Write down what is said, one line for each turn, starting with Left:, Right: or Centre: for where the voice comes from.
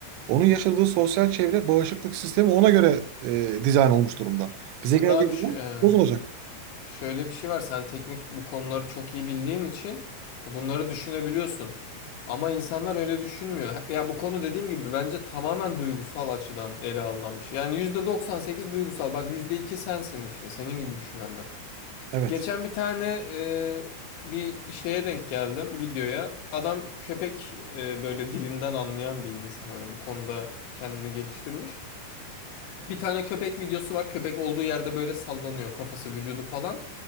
Right: onun yaşadığı sosyal çevre, bağışıklık sistemi ona göre e, dizayn olmuş durumda.
Left: Şimdi
Right: Bize geldiği
Left: abi şu-
Right: zaman
Left: e,
Right: bozulacak.
Left: şöyle bir şey var. Sen teknik bu konuları çok iyi bildiğin için bunları düşünebiliyorsun. Ama insanlar öyle düşünmüyor. Ya bu konu dediğim gibi bence tamamen duygusal açıdan ele alınan bir şey. Yani %98 duygusal. Bak %2 sensin işte. Senin gibi düşünenler.
Right: Evet.
Left: Geçen bir tane e, bir şeye denk geldim videoya. Adam köpek e, böyle dilinden anlayan bir insan. Hani bu konuda kendini geliştirmiş. Bir tane köpek videosu var. Köpek olduğu yerde böyle sallanıyor kafası, vücudu falan.